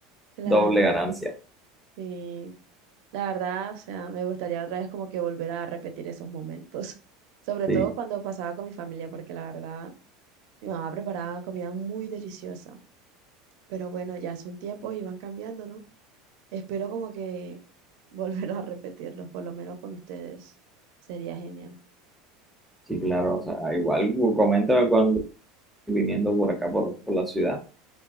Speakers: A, on the right; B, in the centre.
A: Claro,
B: Doble ganancia.
A: sí. La verdad, o sea, me gustaría otra vez como que volver a repetir esos momentos, <laughs> sobre
B: Sí,
A: todo cuando pasaba con mi familia, porque la verdad, mi mamá preparaba comida muy deliciosa, pero bueno, ya son tiempos y van cambiando, ¿no? Espero como que <laughs> volver a repetirlos, por lo menos con ustedes, sería genial.
B: sí, claro, o sea, igual cu- coméntame cuando viniendo por acá, por, por la ciudad,